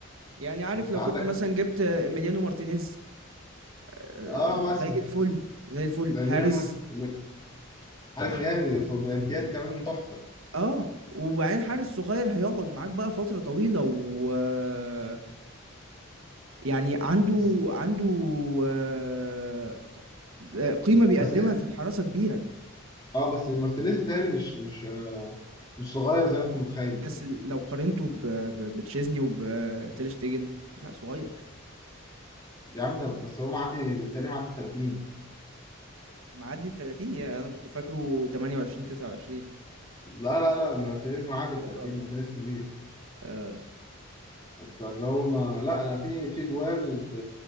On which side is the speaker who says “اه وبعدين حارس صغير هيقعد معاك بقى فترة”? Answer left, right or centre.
Right